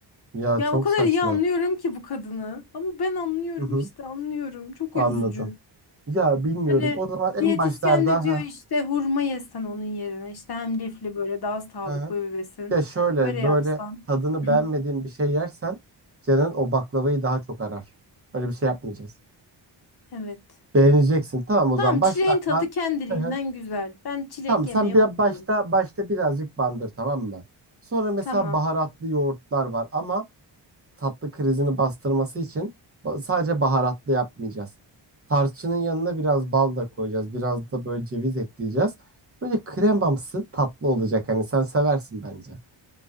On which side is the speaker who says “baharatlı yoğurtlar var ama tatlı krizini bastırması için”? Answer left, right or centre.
Right